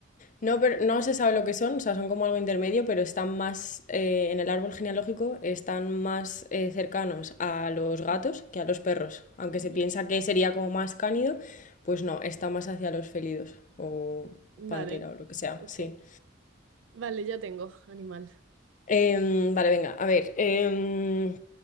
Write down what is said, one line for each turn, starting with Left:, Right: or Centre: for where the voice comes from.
Left: No, pero no se sabe lo que son, o sea, son como algo intermedio, pero están más eh, en el árbol genealógico, están más eh, cercanos a los gatos
Right: Mm.
Left: que a los perros. Aunque
Right: Ujú.
Left: se piensa que sería como más cánido, pues no, está más hacia los felidos o
Right: Vale,
Left: pantera o lo que sea,
Right: ok.
Left: sí.
Right: Vale, ya tengo animal.
Left: Em, vale, venga, a ver. em,